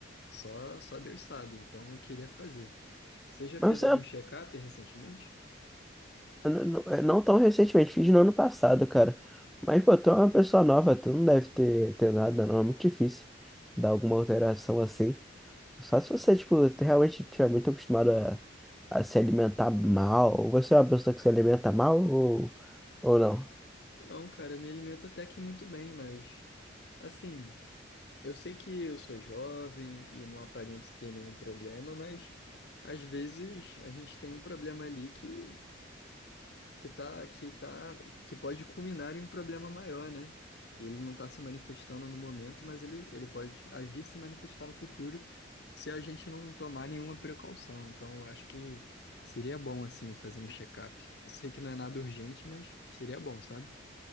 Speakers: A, on the left; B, in the centre.
A: Só, só Deus sabe, então eu queria fazer. Você já
B: Mas
A: fez
B: você
A: algum
B: é
A: check-up recentemente?
B: N- n- é, Não tão recentemente, fiz no ano passado, cara. Mas, pô, tu é uma pessoa nova, tu não deve ter, ter nada, não. É muito difícil dar alguma alteração assim. Só se você, tipo, te- realmente estiver muito acostumado a, a se alimentar mal. Ou Você é uma pessoa que se alimenta mal ou, ou não?
A: Não, cara, me alimento até que muito bem, mas assim, eu sei que eu sou jovem e não aparento ter nenhum problema, mas às vezes a gente tem um problema ali que que tá que tá que pode culminar em um problema maior, né? E Ele não está se manifestando no momento, mas ele ele pode a vir se manifestar no futuro se a gente não tomar nenhuma precaução. Então, eu acho que seria bom assim eu fazer um check-up. Eu sei que não é nada urgente, mas seria bom, sabe?